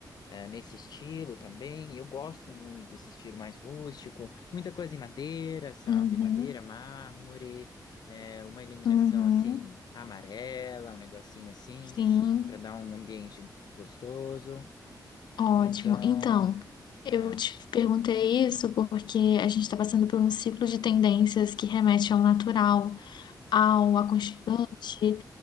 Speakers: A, on the left (about 65°); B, on the left (about 85°).
A: eh, nesse estilo também. Eu gosto muito desse estilo mais rústico, muita coisa em madeira, sabe?
B: Uhum,
A: Madeira, mármore, eh, uma iluminação,
B: uhum,
A: assim, amarela, um negocinho assim,
B: sim,
A: para dar um ambiente gostoso.
B: ótimo.
A: Então,
B: Então, eu
A: é,
B: te perguntei isso porque a gente está passando por um ciclo de tendências que remete ao natural, ao
A: uhum,
B: aconchegante.